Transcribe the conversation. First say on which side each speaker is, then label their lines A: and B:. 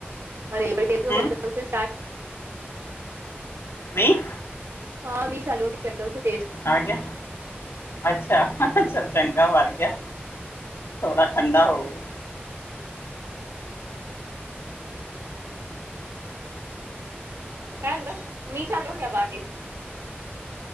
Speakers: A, on the right; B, on the left.
A: ਕੋਈ ਨੀ।
B: ਹਮ
A: ਫ ਸਾਰਟ।
B: ਨਹੀਂ।
A: ਹਾਂ ਮੀਹ ਚਾਲੂ ਇੱਕਦਮ ਸ ਤੇਜ।
B: ਆ ਗੇਆ ਅੱਛਾ ਹਹ-ਚਲ ਚੰਗਾ ਵੜ ਗੇਆ, ਥੋੜਾ ਠੰਡਾ ਹੋਊਗਾ।
A: ਦਾ ਨੀਚਾ ਦ ਕਿਆ ਬਾਕ ਮ੍।